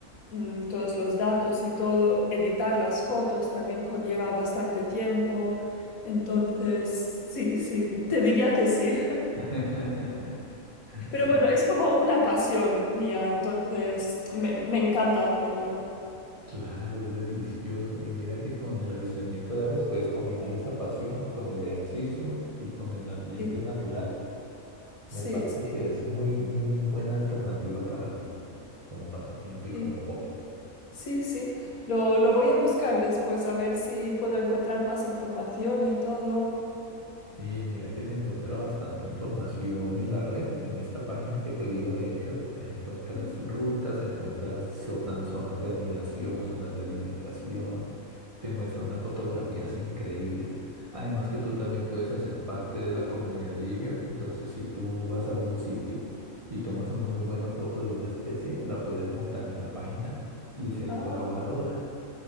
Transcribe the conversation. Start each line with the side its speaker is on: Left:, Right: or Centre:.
Left: mm, todos los datos y todo, editar las fotos también conlleva bastante tiempo. Entonces, sí, sí, te diría que sí.
Right: <laughs> Sí.
Left: Pero bueno,
Right: Sí.
Left: es como una pasión mía, entonces me, me encanta hacerlo.
Right: Claro, es delicioso. Y mira que con el avistamiento de aves puedes combinar esa pasión con el ejercicio y con el ambiente
Left: Sí,
Right: natural.
Left: sí,
Right: Me parece
Left: sí,
Right: que es muy, muy buena alternativa para ti como pasatiempo y
Left: sí,
Right: como hobby.
Left: sí, sí. Lo, lo voy a buscar después a ver si puedo encontrar más información y todo.
Right: Sí, mira que se encuentra bastante información en la red, en esta página que te digo de Evier. Ahí encuentras
Left: Ujú.
Right: rutas, encuentras zonas, zonas de anidación, zonas de alimentación, te muestra unas fotografías increíbles. Además que tú también puedes hacer parte de la comunidad de Evier. Entonces, si tú vas a algún sitio y tomas una muy buena foto de una especie, la puedes montar en la página y ser
Left: Ah,
Right: colaboradora.